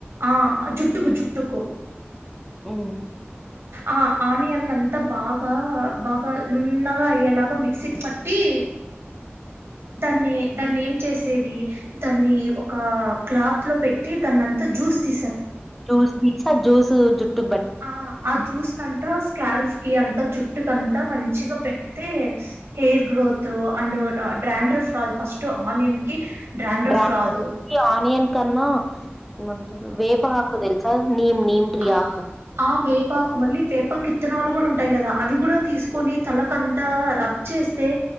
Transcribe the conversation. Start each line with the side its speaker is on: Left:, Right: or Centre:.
Right: ఆ జుట్టుకు జు పుట్టుకు
Centre: ఉ
Right: ఆ ఆనినన్ అంత బాగా బాగా నున్నగా అయేలాగా మిక్సీ పట్టి, దన్నీ దాన్ని ఏ చేసెది దాన్నీ ఒక క్లాత్ లో పెట్టి దాని అంత జ్యూస్ తి
Centre: జూస్ ని జూస్ జుట్
Right: ఆ ఆ జ్యూస్ అంత స్కాల్స్ కి అంతా జుట్టుకంతా మంచిగా పెడితే, హెయిర్ గ్రోత్ అండ్ డ్రాండర్ ఫ ఫస్ట్ ఆనియన్ కి డాండ్రఫ్
Centre: డ్రాండ్రాప్
Right: రాదు
Centre: ఆనియన్ కన్నా ఎంటారు వేప హాకు తెలుసా నీమ్ నీమ్ ట్రీ
Right: ఆ
Centre: ఆకు
Right: ఆ వేపాకు మళ్ళీ వేపాక్ ఇ విత్తనాలు కూడా ఉంటాయి కదా అవి కూడా తీసుకొని తలకంతా రబ్ చేస్తే,